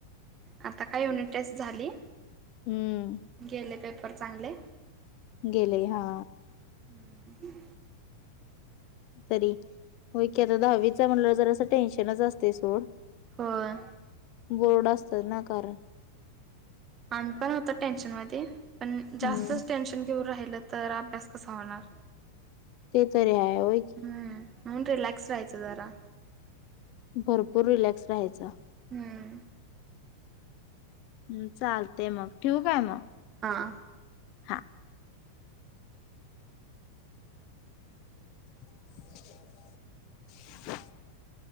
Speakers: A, on the right (about 30°); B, on the left (about 45°).
A: आता काय युनिट टेस्ट झाली,
B: हम्म
A: गेले पेपर चांगले.
B: गेले हा.
A: हम्म.
B: तरी होय की आता दहावीचं म्हणल्यावर जरास टेन्शनच असतय सोड.
A: होय.
B: बोर्ड असतं ना कारण.
A: आम्ही पण होतो टेन्शन मधी, पण जास्तच
B: हम्म
A: टेन्शन घेऊ राहिलं तर, अभ्यास कसा होणार?
B: ते तरी हाय होय. की
A: हम्म म्हणून रिलॅक्स रहायचं जरा.
B: भरपूर रिलॅक्स राहायचं.
A: हम्म.
B: हम्म चालते मग ठेवू काय मग?
A: हां.
B: हा <inaudible>